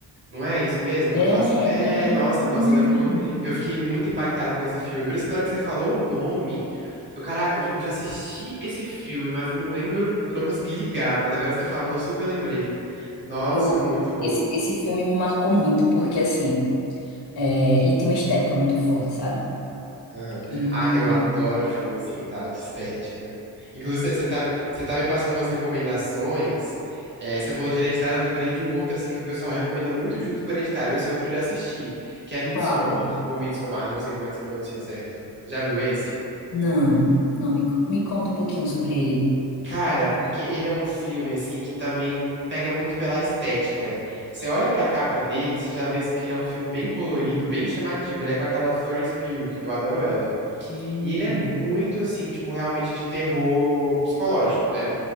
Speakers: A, on the right; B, on the left.
A: Não é isso mesmo
B: É,
A: que eu tô. ass- É,
B: é,
A: nossa,
B: infelizmente
A: nossa, eu lembro
B: mesmo.
A: que eu, eu fiquei muito impactado com esse filme. Por isso, na hora que você falou o nome, eu, cara, eu eu já assisti esse filme, mas eu não lembro, eu não consegui ligar. Mas agora você falando, eu super lembrei. Nossa,
B: Eu,
A: muito bom.
B: esse, esse filme me marcou muito, porque assim, é, ele tem uma estética muito forte, sabe?
A: Aham.
B: E
A: Ah, eu adoro filme assim, tá? De estética. Inclusive, você tá me, você tá me passando umas recomendações. É, você falou de Hereditário, eu lembrei de um outro assim que o pessoal recomenda muito junto com o Hereditário. Esse outro eu já assisti, que é Midsommar,
B: qual?
A: ou Midsommar, não sei como é que se pronuncia certo. Já viu esse?
B: Não, não, me, co- me conta um pouquinho sobre ele.
A: Cara, porque ele é um filme assim que também pega muito pela estética. Você olha pra capa dele, você já vê assim que ele é um filme bem colorido, bem chamativo. Ele é com aquela Florence Pugh, eu adoro ela.
B: Hum,
A: E ele é muito assim, tipo, realmente de terror psicológico, né?